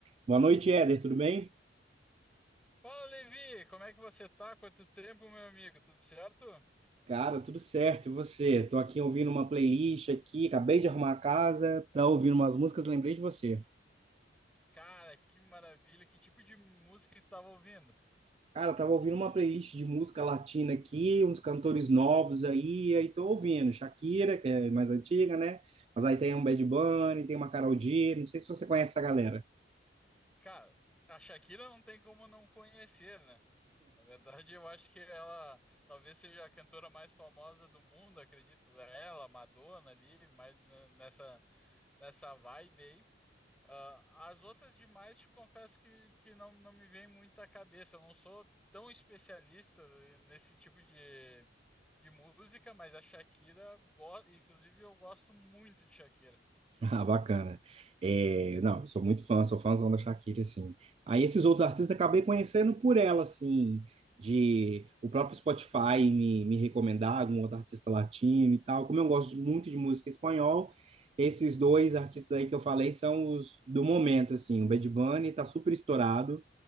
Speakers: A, on the right (about 35°); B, in the centre.
A: Boa noite, Éder, tudo bem?
B: Fala, Levi! Como é que você tá? Quanto tempo, meu amigo? Tudo certo?
A: Cara, tudo certo, e você? Tô aqui ouvindo uma playlist aqui, acabei de arrumar a casa, tá ouvindo umas músicas, lembrei de você.
B: Cara, que maravilha! Que tipo de música que tu tava ouvindo?
A: Cara, tava ouvindo uma playlist de música latina aqui, uns cantores novos aí, aí tô ouvindo Shakira, que é mais antiga, né? Mas aí tem um Bad Bunny, tem uma Karol G, não sei se você conhece essa galera.
B: Cara, a Shakira não tem como não conhecer, né? Na verdade, eu acho que ela talvez seja a cantora mais famosa do mundo, acredito. Ela, Madonna ali, mais ne- nessa, nessa vibe aí. Ah, as outras demais, te confesso que, que não, não me vem muito à cabeça. Eu não sou tão especialista nesse tipo de, de música, mas a Shakira, go- inclusive eu gosto muito de Shakira.
A: <laughs> Ah, bacana. É, não, eu sou muito fã, sou fãzão da Shakira, assim. Aí esses outros artistas acabei conhecendo por ela, assim, de o próprio Spotify me, me recomendar algum outro artista latino e tal. Como eu gosto muito de música espanhol, esses dois artistas aí que eu falei são os do momento, assim. O Bad Bunny tá super estourado,